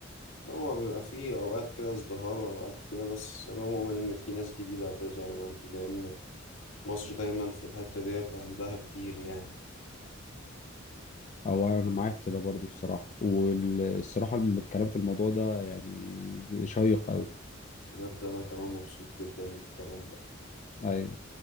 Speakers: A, on the left; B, on the left.
A: هو بيبقى فيه أوقات كده ازدهار وأوقات كده بس أنا مؤمن إن في ناس جديدة هتظهر برضه لأن مصر دايما في الحتة ديت عندها كتير يعني
B: او انا معاك في ده برضه الصراحه والصراحه الم- الكلام في الموضوع ده يعني شيق قوي
A: بجد أنا كمان مبسوط جدا بالكلام ده
B: ايوه